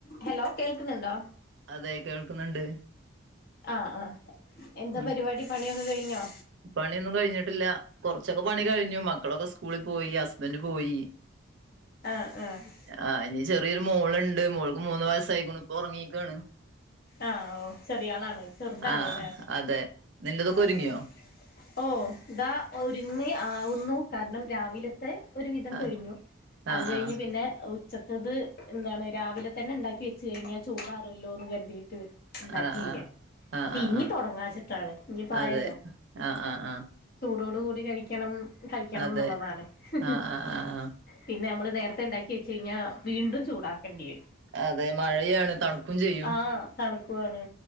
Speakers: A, on the left; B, on the right.
A: Hello കേൾക്കുന്നുണ്ടോ
B: അതെ കേൾക്കുന്ന്ണ്ട്
A: ആഹ് ആഹ് എന്താ
B: ഉം
A: പരിപാടി പണിയൊക്കെ കഴിഞ്ഞോ
B: പണിയൊന്നും കഴിഞ്ഞിട്ടില്ല കുറച്ചൊക്കെ പണി കഴിഞ്ഞു മക്കളൊക്കെ സ്കൂളിൽ പോയി ഹസ്ബന്റ് പോയി
A: ആഹ് ആഹ്
B: ആ ഇനി ചെറിയൊരു മോളുണ്ട് മോൾക്ക് മൂന്ന് വയസായിക്കണ് ഇപ്പൊ ഉറങ്ങീക്കണ്.
A: ആഹ ഓ ചെറിയളാണ് ചെറുതാണ്
B: ആ
A: അല്ലെ
B: അതെ നിന്റതൊക്കെ
A: ഓ
B: ഒരുങ്ങിയോ
A: ഓ ഓ ഇതാ ഒരുങ്ങി ആവുന്നു കാരണം രാവിലത്തെ ഒരു വിധം
B: ആ
A: കഴിഞ്ഞു അത്
B: ആ
A: കഴിഞ്ഞ്
B: ആ
A: പിന്നെ ഉ ച്ചത്തത് എന്താണ് രാവിലെ തന്നെ ഇണ്ടാക്കി വെച്ച കഴിഞ്ഞാ ചൂടാറോല്ലോ ന്ന് കര്തിയിട്ട് ഇണ്ടാക്കിയില്ല
B: ആ ആ ആ
A: അപ്പൊ
B: ആ
A: ഇനി
B: ആ
A: തുൊടങ്ങാച്ചിട്ടാണ് ഇനീപ്പയല്ലോ
B: അതെ ആ ആ ആ
A: ചൂടോട് കൂടി കഴിക്കണം. കഴിക്കണം
B: അതെ
A: ന്നുള്ളതാണ് ഹ് ഹ്
B: ആ ആ ആ ആ
A: പിന്നെ അമ്മള് നേരത്തെ ഇണ്ടാ ച്ചയ്ഞ്ഞാ വീണ്ടും ചുടാക്കേണ്ടിവരും
B: അതെ മഴയാണ് തണുക്കും ചെയ്യും
A: ആഹ തണുക്കുവാണ്